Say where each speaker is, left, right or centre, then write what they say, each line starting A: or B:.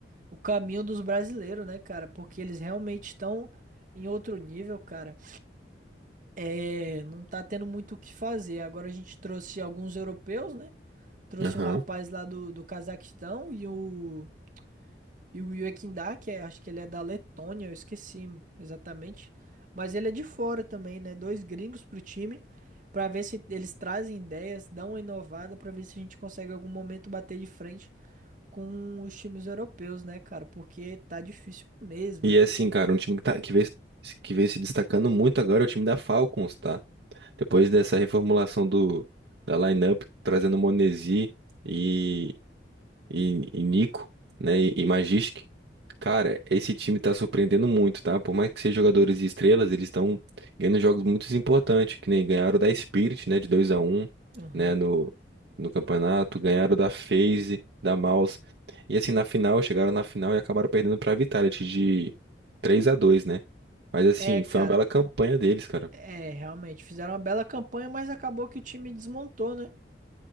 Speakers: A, on the right; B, on the right.
A: o caminho dos brasileiros, né, cara? Porque eles realmente estão em outro nível, cara. É, não tá tendo muito o que fazer. Agora a gente trouxe alguns europeus, né? Trouxe
B: Aham.
A: um rapaz lá do, do Cazaquistão e o, e o Yekindá, que é, acho que ele é da Letônia, eu esqueci exatamente. Mas ele é de fora também, né? Dois gringos pro time, pra ver se eles trazem ideias, dão uma inovada, pra ver se a gente consegue em algum momento bater de frente com os times europeus, né, cara? Porque tá difícil mesmo.
B: E é assim, cara, um time que, tá, que, vem, que vem se destacando muito agora é o time da Falcons, tá? Depois dessa reformulação do, da lineup, trazendo o Monesi e, e, e Nico, né? E, e Magisk. Cara, esse time tá surpreendendo muito, tá? Por mais que sejam jogadores e estrelas, eles estão ganhando jogos muito importantes, que nem ganharam da Spirit, né? De 2 a um,
A: Aham.
B: né? No, no campeonato, ganharam da FaZe, da Mouse. E assim, na final, chegaram na final e acabaram perdendo pra Vitality de 3 a 2, né? Mas assim,
A: É, cara,
B: foi uma bela campanha deles, cara.
A: é, realmente, fizeram uma bela campanha, mas acabou que o time desmontou, né?